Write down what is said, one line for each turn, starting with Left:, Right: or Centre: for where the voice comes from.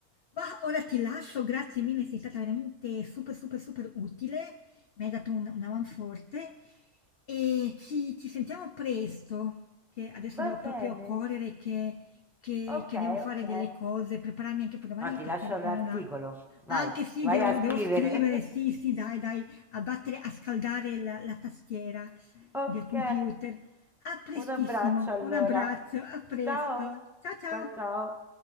Left: Ma ora ti lascio, grazie mille, sei stata veramente super, super, super utile. Mi hai dato un, una man forte e ci, ci sentiamo presto, che adesso
Centre: Va
Left: devo proprio
Centre: bene.
Left: correre, che, che-
Centre: Ok,
Left: che devo fare
Centre: ok.
Left: delle cose, prepararmi anche per domani
Centre: No, ti
Left: perché
Centre: lascio l'articolo.
Left: ho una...
Centre: Vai,
Left: Anche sì,
Centre: vai
Left: devo,
Centre: a scrivere.
Left: devo scrivere, sì,
Centre: <laughs>
Left: sì, dai, dai, a battere, a scaldare la la tastiera
Centre: Ok.
Left: del computer. A prestissimo,
Centre: Un abbraccio allora.
Left: un abbraccio, a presto.
Centre: Ciao.
Left: Ciao ciao.
Centre: Ciao ciao.